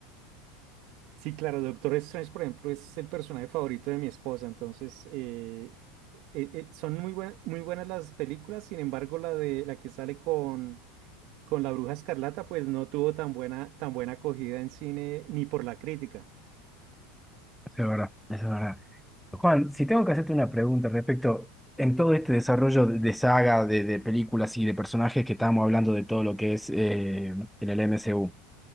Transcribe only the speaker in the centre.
Eso es verdad, eso es verdad. Juan, si tengo que hacerte una pregunta respecto en todo este desarrollo de, de saga, de, de películas y de personajes que estábamos hablando de todo lo que es eh, en el MCU,